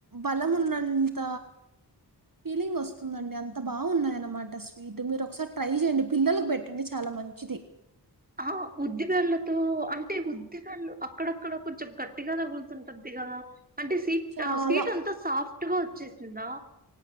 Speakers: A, on the right; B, on the right.
A: బలమున్నంత ఫీలింగ్ వస్తుందండి అంత బాగున్నాయ అన్నమాట స్వీట్ మీరు ఒకసారి ట్రై చేయండి పిల్లలకు పెట్టండి చాలా మంచిది
B: ఆ ఉద్దిబ్యాలతో అంటే ఉద్దిబ్యాలు అక్కడక్కడ కొంచెం గట్టిగా తగులుతుంటది ఇగ అంటే స్వీట్
A: చాలా
B: స్వీట్ అంత సాఫ్ట్ గా వచ్చేసిందా